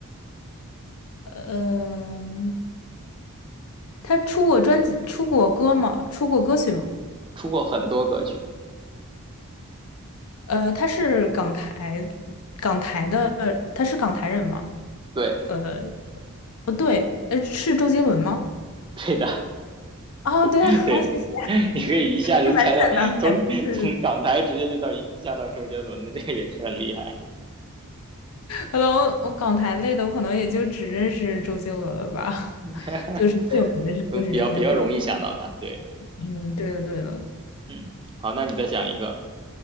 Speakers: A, on the left (about 70°); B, on the right (about 20°).
A: 呃嗯、他出过专辑，出过歌吗？出过歌曲吗？
B: 出过很多歌曲。
A: 呃，他是港台，港台的，呃他是港台人吗？
B: 对，
A: 呃，不对，呃，是周杰伦吗？
B: 对的，
A: 哦，
B: <laughs>
A: 对，好，
B: 对的，
A: 谢谢，
B: <laughs> 你可以一下就猜到，
A: 是蛮简单的感觉。
B: 从从港台直接就到一下到周杰伦的，
A: 对对对，
B: 这个也是很厉害，
A: 可能我港台类的，我可能也就只认识周杰伦了吧，
B: <laughs>
A: <laughs> 就是最有名的是就是周杰伦。
B: 嗯，比较比较容易想到他，对，
A: 嗯，
B: 嗯
A: 对的对的。
B: 嗯，好，那你再想一个，